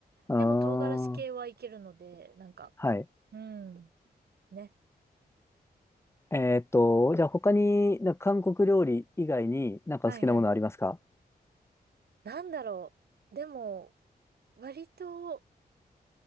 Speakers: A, on the left; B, on the right.
A: うーん。
B: でも唐辛子系はいけるので、なんか、
A: はい。
B: うん、ね。
A: えーっと、じゃあ他に、なんか韓国料理以外になんか好きなものありますか
B: はいはい。なんだろう。でも、割と